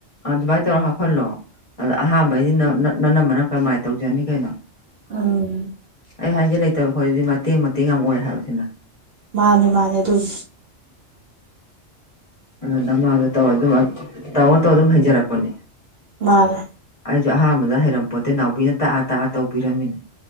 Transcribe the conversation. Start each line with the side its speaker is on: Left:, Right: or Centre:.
Left: ꯑꯗꯨꯃꯥꯏꯅ ꯇꯧꯔꯒ ꯍꯥꯞꯍꯜꯂꯣ ꯑꯗ ꯑꯍꯥꯟꯕꯩꯁꯤ ꯅꯅꯝꯕꯅ ꯀꯔꯝꯍꯥꯏꯅ ꯇꯧꯖꯅꯤ ꯀꯩꯅꯣ
Right: ꯑꯝ
Left: ꯑꯩ ꯍꯥꯏꯗꯤꯦ ꯂꯩꯇꯕ ꯈꯈꯣꯏꯗꯤ ꯃꯇꯦꯡ ꯃꯇꯦꯡ ꯌꯥꯝ ꯑꯣꯏ ꯍꯥꯏꯕꯁꯤꯅ
Right: ꯃꯥꯅꯦ ꯃꯥꯅꯦ ꯑꯗꯨꯝ
Left: ꯑꯗꯨ ꯅꯃꯥꯗ ꯇꯧꯔꯝ ꯇꯧ ꯇꯧꯔ ꯑꯗꯨꯝ ꯍꯩꯖꯔꯛꯄꯅꯦ
Right: ꯃꯥꯅꯦ
Left: ꯑꯩꯁꯨ ꯑꯍꯥꯟꯕꯗ ꯍꯩꯔꯝꯄꯣ ꯇꯦ ꯅꯥꯎꯕꯤꯅ ꯇꯥꯛꯑ ꯇꯥꯛꯑ ꯇꯧꯕꯤꯔꯝꯃꯤꯅꯦ